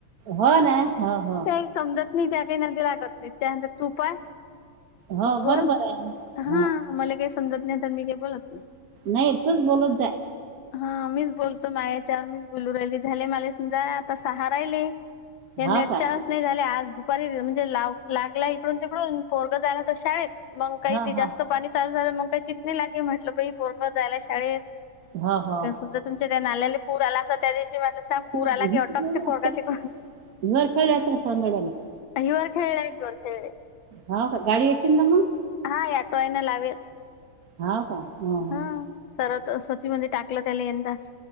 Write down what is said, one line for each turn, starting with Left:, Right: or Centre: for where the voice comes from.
Right: हो ना, हो हो.
Left: त्या समजत नई त्या काही नांदी लागत नाहीत, त्या म्हणत्यात तू पाय.
Right: हो
Left: तू बोल
Right: बरोबर आहे
Left: हां.
Right: हा
Left: मले काय समजत नाही, तर मी काय बोलत नाही.
Right: नाही तूच बोलत जाय.
Left: हा मीच बोलतो मायाच्यावर मीच, बोलून राहिली झाले माले समजा. आता सहा राहिले. हे
Right: हो
Left: नेट
Right: का
Left: <inaudible> राहिले आज दु म्हणजे लाव लागला इकडून तिकडून, पोरग झाला तर शाळेत मग काही
Right: हा
Left: ती
Right: हा
Left: जास्त. पाणी चालू झाला मग काही चित नाही लागे, म्हटलं बाई पोरगा जायला शाळेत
Right: हो हो
Left: कसं तर. तुमच्या त्या नाल्याले पूर आला असता, त्या दिवशी म्हटल सांग पूर
Right: वर
Left: आला की अटकते
Right: खेळले
Left: पोरग
Right: असते
Left: तिकून.
Right: <unintelligible>
Left: <unintelligible>
Right: हाव काय? गाडी येशीन ना मग?
Left: हा याटो येना लावेल.
Right: हाव का, ह ह..
Left: हा सरत सतीमध्ये, टाकलं त्याले यंदा.